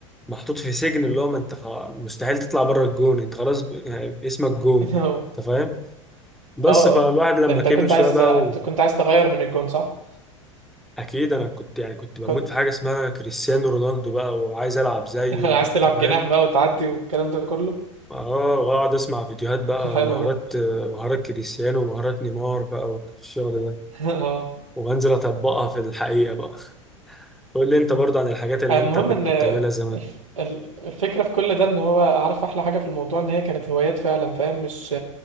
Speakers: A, in the centre; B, on the right (about 85°).
A: محطوط في سجن اللي هو ما انت خ- مستحيل تطلع بره الجون انت خلاص ب- يعني اسمك جون
B: <laughs> اه
A: انت فاهم بس
B: اه
A: فالواحد لما
B: انت
A: كبر
B: كنت
A: شويه
B: عايز
A: بقى
B: انت
A: و...
B: كنت عايز تغير من الجون صح
A: اكيد انا كنت يعني كنت بموت
B: كنت
A: في حاجه اسمها كريستيانو رونالدو بقى وعايز العب زيه
B: <laughs> عايز
A: انت
B: تلعب
A: فاهم
B: جناح بقى وتعدي والكلام ده كله
A: اه واقعد اسمع فيديوهات بقى
B: <laughs> حلو
A: مهارات
B: ده
A: مهارات كريستيانو ومهارات نيمار بقى والشغل ده
B: <laughs> اه
A: وبنزل اطبقها في الحقيقه بقى قول لي انت برضه عن الحاجات اللي
B: المهم
A: انت كنت
B: ان
A: بتعملها زمان
B: الف- ال- الفكرة في كل ده ان هو عارف احلى حاجة في الموضوع ان هي كانت هوايات فعلا فاهم مش